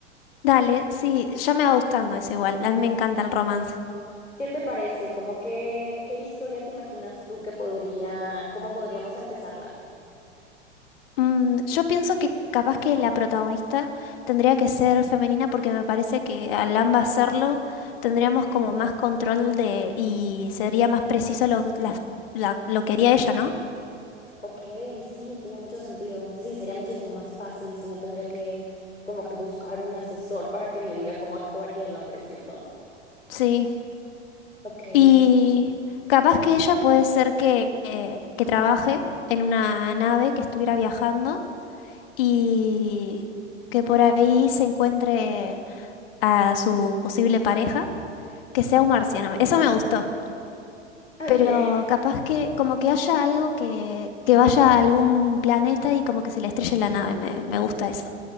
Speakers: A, on the left; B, on the left.
A: Dale, sí, ya me va gustando eso igual. A mí me encanta el romance.
B: ¿Qué te parece? Como que, qué historia te imaginas tú que podría, cómo podríamos empezarla?
A: Mm, yo pienso que capaz que la protagonista tendría que ser femenina porque me parece que al ambas serlo tendríamos como más control de y sería más preciso lo, las- la- lo que haría ella, ¿no?
B: Ok, sí, tiene mucho sentido. Sí, sería muchísimo más fácil si no tendría que como que buscar un asesor para que me diga cómo actuaría el hombre, ¿cierto?
A: Sí,
B: Ok,
A: y
B: <laughs>
A: capaz que ella puede ser que, eh, que trabaje en una nave que estuviera viajando y que por ahí se encuentre a su posible pareja, que sea un marciano. Eso me gustó.
B: ok,
A: Pero capaz que como que haya algo que, que vaya a algún planeta y como que se le estrelle la nave. Me, me gusta eso.